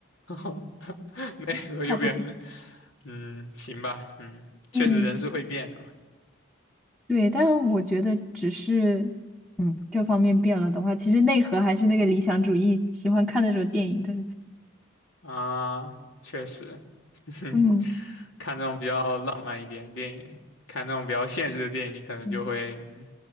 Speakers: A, on the left; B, in the centre.
A: <laughs> 那个右边那。
B: 差不多。
A: 嗯，行吧，嗯，确实人是会变的嘛。
B: 嗯，对，但是我觉得只是，嗯，这方面变了的话，其实内核还是那个理想主义，喜欢看那种电影的。
A: 啊，确实，<laughs>
B: 嗯，
A: 看那种比较浪漫一点的电影，看那种比较现实的电影，你可能就会，
B: 嗯
A: 嗯，